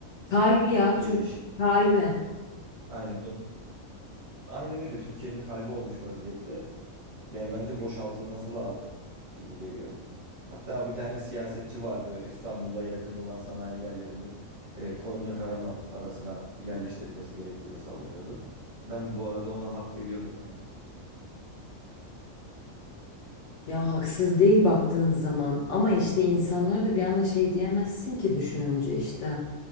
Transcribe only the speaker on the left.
Kalbi ya
Türk
kalbi.
Ya haksız değil baktığın zaman ama işte insanlara da bir anda şey diyemezsin ki düşününce işte.